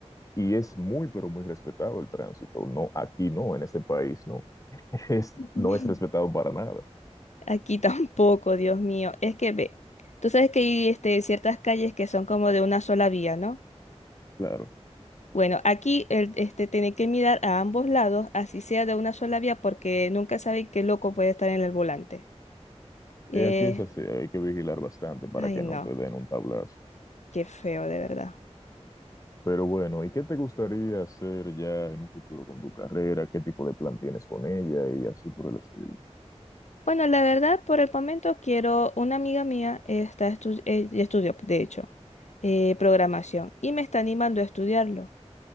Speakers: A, on the left; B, on the left.
A: y es muy, pero muy respetado el tránsito. No, aquí no, en este país no. <laughs> Es,
B: <laughs>
A: no es respetado para nada,
B: Aquí tampoco, Dios mío. Es que ve, tú sabes que hay este, ciertas calles que son como de una sola vía, ¿no?
A: claro.
B: Bueno, aquí el, este, tiene que mirar a ambos lados, así sea de una sola vía, porque nunca sabe qué loco puede estar en el volante. Eh,
A: Eh, Aquí es así, hay que vigilar bastante para
B: ay,
A: que
B: no,
A: no te den un tablazo.
B: qué feo, de verdad.
A: Pero bueno, ¿y qué te gustaría hacer ya en un futuro con tu carrera? ¿Qué tipo de plan tienes con ella? Y así por el estilo.
B: Bueno, la verdad, por el momento quiero, una amiga mía está estu- eh, estudió, de hecho, eh, programación y me está animando a estudiarlo.